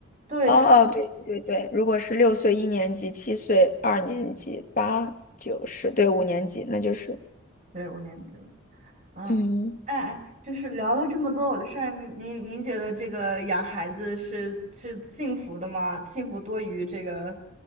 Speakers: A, on the right (about 35°); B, on the left (about 40°).
A: 对他，
B: 哦哦，对对对，如果是六岁一年级、七岁二年级、八九十，对，五年级，那就是
A: 对五年级了。嗯，
B: 嗯。
A: 哎哎，就是聊了这么多我的事儿，您您您觉得这个养孩子是是幸福的吗？幸福多于这个